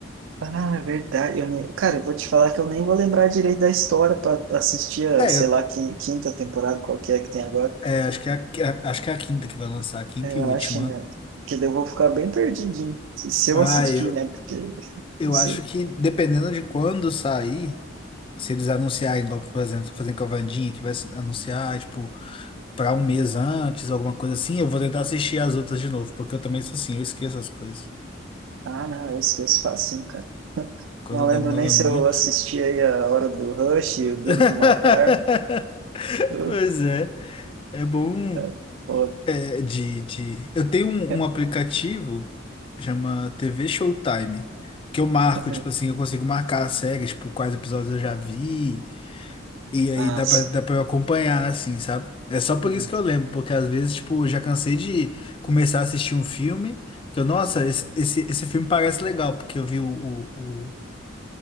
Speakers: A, on the right; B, on the left.
A: Ah, é verdade. Eu nem... Cara, eu vou te falar que eu nem vou lembrar direito da história para assistir a,
B: É,
A: sei
B: eu,
A: lá, quin- quinta temporada, qual que é que tem agora.
B: é, acho que é a, acho que é a quinta que vai lançar, a quinta
A: Eu
B: e última.
A: acho, né? Que daí eu vou ficar bem perdidinho. Se se
B: Ah,
A: eu assistir,
B: eu,
A: né? Porque. <laughs>
B: eu
A: Não sei.
B: acho que dependendo de quando sair, se eles anunciarem, igual, por exemplo, fazendo com a Wandinha, que vai se anunciar, tipo. pra um mês antes, alguma coisa assim, eu vou tentar assistir as outras de novo, porque eu também sou assim, eu esqueço as coisas.
A: Ah, não, eu esqueço facinho, cara.
B: Quando
A: Não
B: demora
A: lembro nem se
B: muito.
A: eu assisti aí a Hora do Rush,
B: <laughs>
A: o Duro de Matar. Eu-
B: Pois é, é bom
A: é, foda.
B: é, de, de... Eu tenho um,
A: É,
B: um aplicativo, chama TV Showtime, que eu marco,
A: é.
B: tipo assim, eu consigo marcar as séries, tipo, quais episódios eu já vi, E aí
A: Ah,
B: dá
A: sim.
B: pra, dá pra eu acompanhar, assim, sabe? É só por
A: Uhum.
B: isso que eu lembro, porque às vezes, tipo, eu já cansei de começar a assistir um filme, que eu, nossa, esse, esse, esse filme parece legal, porque eu vi o, o, o-